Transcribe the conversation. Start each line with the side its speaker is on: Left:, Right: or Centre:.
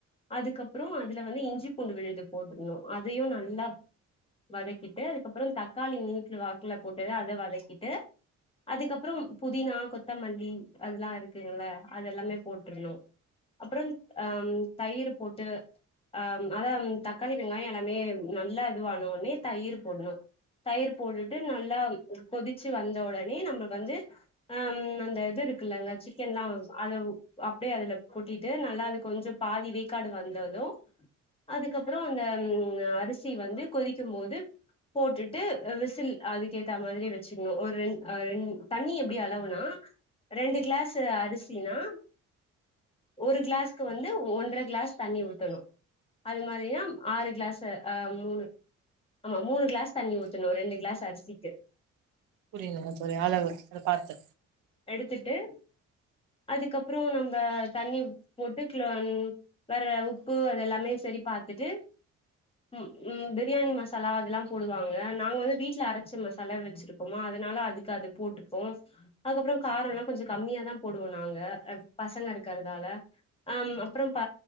Left: அதுக்கப்றோ அதுல வந்து இஞ்சி பூண்டு விழுது போட்டுக்குணு அதையு நல்லா வதக்கிட்டு அதுக்கப்பற தக்காளி நீட்டு வாக்கல போட்டத அத வதக்கிட்டு அதுக்கப்றோ புதினா கொத்தமல்லி அதெல்லா இருக்குங்கள அத எல்லாமே போட்ருணு அப்பறந் ஆ தயிர் போட்டு ஆ அதா தக்காளி வெங்காய எல்லாமே நல்லா இதுவான உனே தயிர் போடணு தயிர் போட்டுட்டு நல்லா கொதிச்சு வந்த உடனே நம்ம வந்து ஆ அந்த இது இருக்குல்லங்க சிக்கன் எல்லா அது அப்டியே அதுலப் கொட்டிட்டு நல்லா அது கொஞ்ச பாதி வேக்காடு வந்தது அதுக்கப்றோ அந்த ம் அரிசி வந்து கொதிக்கும்போது போட்டுட்டு விசில் அதுக்க ஏத்த மாரி வச்சுக்கணு ஒரு ரெண் ரெண் தண்ணி எப்டி அளவுனா ரெண்டு கிளாஸ் அரிசினா ஒரு கிளாஸ்க்கு வந்து ஒன்ற கிளாஸ் தண்ணி ஊத்தணு அது மாரிதா ஆறு கிளாஸ் ஆ மூணு ஆமா மூணுகிளாஸ் தண்ணி ஊத்தணு ரெண்டு கிளாஸ் அரிசிக்கு
Right: புரியலங்க சார் <unintelligible> பாத்து
Left: எடுத்துட்டு அதுக்கப்றோ நம்ம தண்ணி போட்டு க்ளோ வேற உப்பு அதெல்லாமே செரி பாத்துட்டு ம் பிரியாணி மசாலா அதெல்லா போடுவாங்க நாங்க வந்து வீட்ல அரைச்ச மசாலா வச்சிருப் போமா அதனால அதுக்கு அது போட்டுப்போ அதுக்கப்றோ காரோல்லா கொஞ்ச கம்மியா தா போடுவோ நாங்க பசங்க இருக்கறதால அ அப்புறம் ப